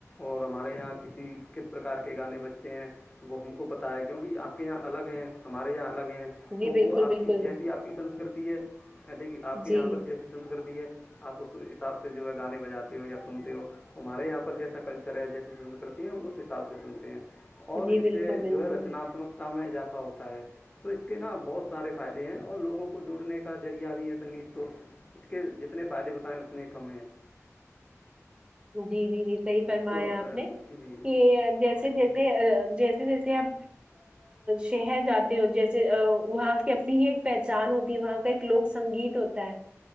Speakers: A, on the left; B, on the right.
A: اور ہمارے یہاں کسی کس پرکار کے گانے بجتے ہیں وہ ہم کو پتا ہے کیونکہ آپ کے یہاں الگ ہے ہمارے یہاں الگ ہیں
B: جی
A: تو
B: بالکل
A: وہ آپ
B: بالکل
A: کی جیسی آپ کی سنسکرتی ہے دیکھیے آپ کے
B: جی
A: یہاں پر جیسی سنسکرتی ہے آپ اس حساب سے جو ہے گانے بجاتے ہو یا سنتے ہو ہمارے یہاں پر جیسا کلچر ہے جیسی سسکرتی ہے ہم اس حساب سے سنتے ہیں اور
B: جی
A: اس
B: بالکل
A: سے
B: بالکل
A: جو ہے رچناتمکتا میں اضافہ ہوتا ہے تو اس کے نام بہت سارے فائدے ہیں اور لووں کو جوڑنے کا ذریعہ بھی ہے سنگیت تو اس کے جتنے فائدے بتائے اتنے کم ہیں
B: <inaudible> جی جی جی صحیح فرمایا
A: تو
B: آپ نے
A: جی
B: کہ جیسے جیسے
A: جی
B: جیسے جی جیسے آپ شہر جاتے ہو جیسے وہاں کی اپنی ہی ایک پہچان ہوتی وہاں ایک لوک سنگیت ہوتا ہے